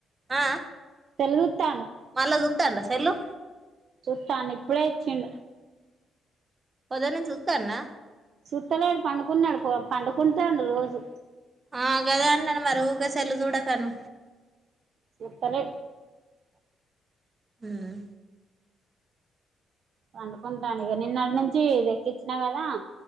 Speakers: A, on the right (about 30°); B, on the right (about 60°).
A: ఆ
B: సెల్లు చూత్తాండు.
A: మళ్ళా చూత్తాండా సెల్లు
B: చూస్తానే. ఇప్పుడే ఇచ్చిండు
A: పొదనుంచి చూత్తాన్నా
B: చుట్టలేడు పండుకున్న్యాడు. పోమ్ పండుకుంటే ఉండు రోజు
A: ఆ గదే అన్న నెంబరు ఉకే సెల్లు చూడకను
B: చూత్తలేడు
A: ఉహు
B: పండుకుంటాండు. ఇగ నిన్న ఈనంచి ఇద్ ఎక్కించినా కదా ఆ